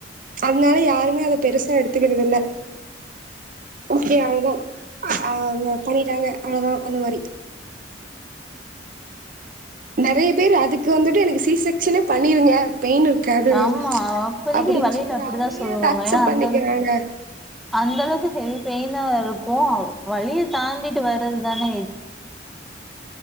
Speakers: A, on the right; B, in the centre.
A: அதனால யாருமே அத பெருசா எடுத்துக்கிறது இல்ல ஓகே அவ்ளதான் ஆ பண்ணிட்டாங்க அவ்ளதான் அந்த மாரி நெறைய பேர் அதுக்கு வந்துட்டு எனக்கு சீ செக்ஷனே பண்ணிருங்க பெயின் இருக்காது
B: ஆமா அப்போதக்கு
A: அப்படின்னு
B: வழியில
A: சொல்லி
B: அப்டித்தான்
A: அவங்களே
B: சொல்லுவாங்க
A: அத அக்செப்ட்
B: ஏன்னா அந்தளவு
A: பண்ணிக்கிறாங்க
B: அந்த அளவுக்கு ஹேல்த் பெயினா இருக்கும் வழிய தாண்டிட்டு வர்றதுதானே